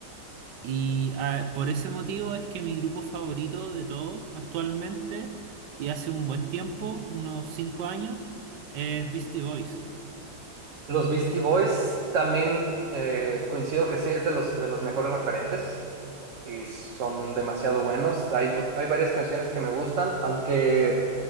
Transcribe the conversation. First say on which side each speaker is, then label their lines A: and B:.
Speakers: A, on the right (about 80°); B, on the right (about 50°).
A: Y ah, por ese motivo es que mi grupo favorito de todos actualmente, y hace un buen tiempo, unos cinco años, es Beastie Boys.
B: Los Beastie Boys también eh, coincido que sí es de los, de los mejores referentes y son demasiado buenos. Hay, hay varias canciones que me gustan, aunque